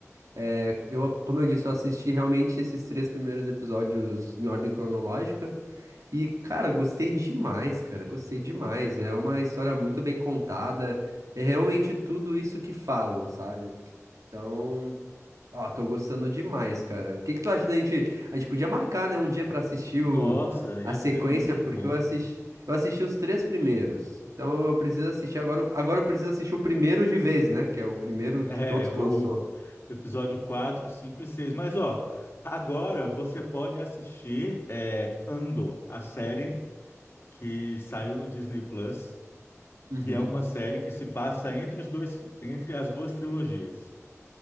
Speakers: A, on the right; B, on the left.
A: É, eu, como eu disse, eu assisti realmente esses três primeiros episódios em ordem cronológica. E, cara, gostei demais, cara. Gostei demais. É uma história muito bem contada. É realmente tudo isso que falam, sabe? Então. Ó, tô gostando demais, cara. O que que tu acha da gente? A gente podia marcar, né, um dia pra assistir
B: Nossa,
A: o...
B: ia
A: a sequência,
B: ser muito
A: porque
B: bom.
A: eu assisti... eu assisti os três primeiros. Então eu preciso assistir agora. o- Agora eu preciso assistir o primeiro de vez, né? Que é o primeiro
B: É,
A: de todos que
B: o
A: lançou.
B: episódio 4, 5 e 6. Mas, ó, agora você pode assistir é, Andor, a série que saiu no Disney Plus.
A: Uhum.
B: que é uma série que se passa entre os dois, entre as duas trilogias.